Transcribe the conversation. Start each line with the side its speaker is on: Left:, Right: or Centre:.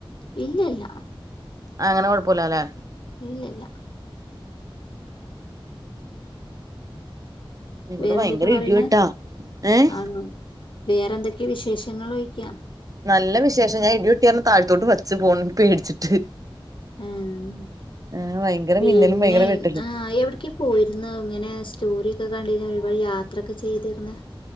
Left: ഇല്ലല്ല
Right: അങ്ങനെ കൊഴപ്പല്ലല്ലേ
Left: ഇല്ലല്ല
Right: ഇവിടെ
Left: വേറെന്തൊക്ക്യ
Right: ഭയങ്കര
Left: പറീണെ
Right: ഇടിവെട്ടാ ഏഹ്
Left: ആണോ വേറെന്തൊക്ക്യാ വിശേഷങ്ങളോയ്ക്കാ
Right: നല്ല വിശേഷം ഞാൻ ഇടിപൊട്ട്യാര്ണം താഴത്തോട്ട് വച്ച് ഫോൺ പേടിച്ചിട്ട്
Left: ആഹ്
Right: ആഹ് ഭയങ്കര
Left: പിന്നെ
Right: മിന്നലും ഭയങ്കര വെട്ടലും
Left: ആഹങ എവ്ട്ക്കി പോയിര്ന്നു ഇങ്ങനെ സ്റ്റോറി ഒക്കെ കണ്ടിനു ഒരുപാട് യാത്രൊക്കെ ചെയ്തിര്ന്ന്